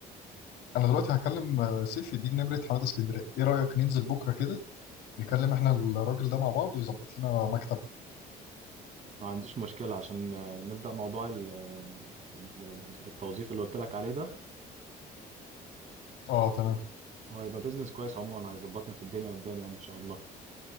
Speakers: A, on the left; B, on the right.
A: انا دلوقتي هكلم آه، سيفي دي نمره حماده اسكندريه ايه رايك ننزل بكره كده نكلم احنا الراجل ده مع بعض ويظبط لنا مكتب
B: ما عنديش مشكلة عشان آه، نبدأ موضوع ال- ال- التوظيف اللي قلت لك عليه ده
A: اه تمام
B: هو هيبقى بيزنس كويس عموما هيظبطنا في الدنيا قدام يعني إن شاء الله